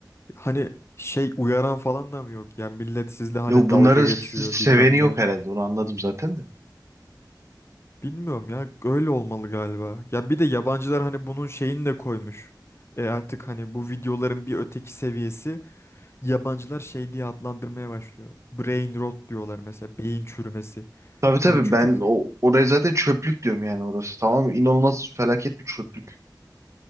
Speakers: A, on the left; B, on the right.
A: Hani şey uyaran falan da mı yok? Ya millet sizle hani
B: Yo, bunların
A: dalga geçiyor
B: s- seveni
A: bilmem
B: yok
A: ne.
B: herhalde onu anladım zaten de.
A: Bilmiyorum ya öyle olmalı galiba. Ya bir de yabancılar hani bunun şeyini de koymuş. E artık hani bu videoların bir öteki seviyesi yabancılar şey diye adlandırmaya başlıyor. Brain rot diyorlar mesela beyin çürümesi.
B: Tabii tabii
A: Hani çünkü
B: ben o oraya zaten çöplük diyorum yani orası. Tamam inanılmaz felaket bir çöplük.